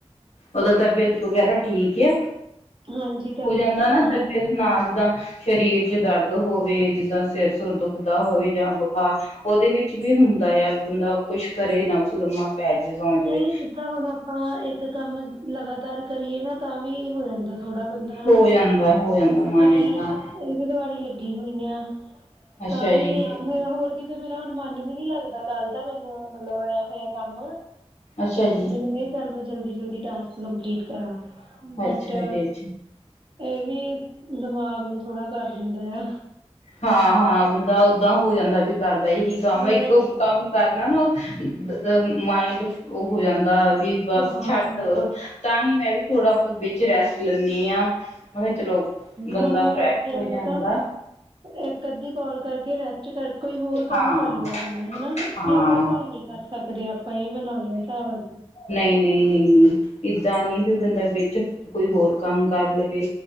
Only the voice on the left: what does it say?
ਉਦਾ ਤਬੀਅਤ ਵਗੈਰਾ ਠੀਕ ਐ,
ਹੋ ਜਾਂਦਾ
ਨਾ
ਤਬੀਅਤ
ਨਾ ਜਿੱਦਾ ਸ਼ਰੀਰ ਚ ਦਰਦ ਹੋਵੇ ਜਿੱਦਾਂ ਸਿਰ-ਸੁਰ ਦੁਖਦਾ ਹੋਵੇ ਜਾਂ ਬੁਖਾਰ ਉਦੇ ਵਿੱਚ ਵੀ ਹੁੰਦਾ ਆ, ਵੀ ਬੰਦਾ ਕੁਛ ਕਰੇ ਨਾ ਬਸ ਲੰਮਾ ਪੈ ਜਾਵੇ। ਸੌਂ ਜਾਵੇ
ਹੋ ਜਾਂਦਾ, ਹੋ ਜਾਂਦਾ। ਮਨ
ਏਦਾਂ
ਅੱਛਾ
ਜੀ
ਅੱਛਾ ਜੀ।
ਅੱਛਾ ਜੀ ਅੱਛਾ
ਹਾਂ-ਹਾਂ ਬੰਦਾ ਓੱਦਾਂ ਹੋ ਜਾਂਦਾ ਵੀ ਕਰਦਾ ਇਹੀ ਕੰਮ ਇੱਕੋ
ਕੰਮ ਕਰਨਾ ਨਾ ਨੂੰ <unintelligible> ਮਾਇੰਡ ਫ ਔ ਹੋ ਜਾਂਦਾ ਵੀ ਬਸ
ਛੱਡ ਦੋਯੋ। ਤਾਂ ਹੀ ਮੈਂ ਵੀ ਥੋੜ੍ਹਾ ਮਤਲਬ ਵਿੱਚ ਰੈਸਟ ਲੈਨੀ ਆ ਮੈਂ ਕਿਆ ਚਲੋ ਬੰਦਾ
ਫਰੈਸ਼
ਹੋ
ਜਾਂਦਾ।
ਹਾਂ
ਹਾਂ
ਨਈ, ਨਈ, ਨਈ, ਨਈ, ਏਦਾਂ ਨੀ ਵੀ ਬੰਦਾ ਵਿੱਚ ਕੋਈ ਹੋਰ ਕੰਮ ਕਰ ਲਵੇ।